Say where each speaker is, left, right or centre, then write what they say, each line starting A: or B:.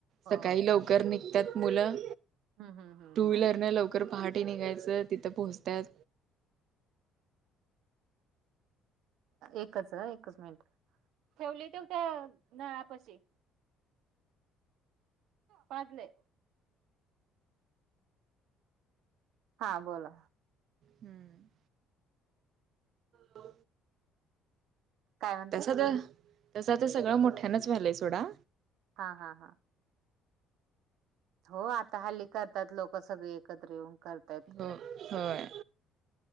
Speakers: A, on the right; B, on the right.
A: हो
B: सकाळी लव ल निघत्यात मुलं
A: हम्म हम्म हम्म
B: टू
A: हम्म
B: व्हीलरनं लव कर पहाटे निघायचं तिथं पोहचत्यात
A: एकचं एकच मिनिट ठेवले तं त्या नळापाशी पाजलंय हा बोला
B: हम्म हो
A: काय म्हणते
B: तसं तर तसं आता सगळं मोठ्यानंच व्हालंय सोडा
A: हा हा हा हो आता हल्ली करतात लोक सगळी एकत्र येऊन करतायत
B: हो होय.